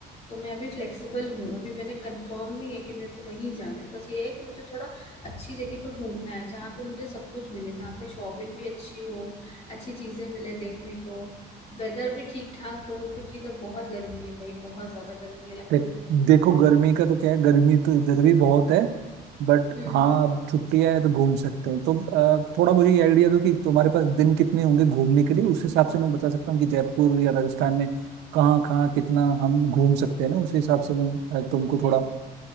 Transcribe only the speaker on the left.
तो मैं अभी फ्लेक्सिबल हूँ अभी मैंने कंफर्म नहीं है कि मेरे को वहीं जाना है बस ये है कि मुझे थोड़ा अच्छी जगह पे घूमना है जहाँ पे मुझे सब कुछ मिले जहाँ पे शॉपिंग भी अच्छी हो अच्छी चीजें मिले देखने को वेदर भी ठीक ठाक हो क्योंकि इधर बहुत गर्मी है भाई बहुत ज्यादा गर्मी है लखनऊ
में तो
हम्म
है।